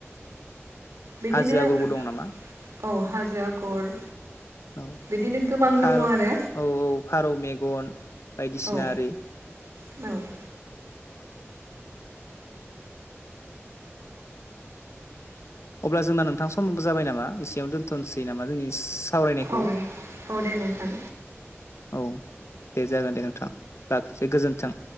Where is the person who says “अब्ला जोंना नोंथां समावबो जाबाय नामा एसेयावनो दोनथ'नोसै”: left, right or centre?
Left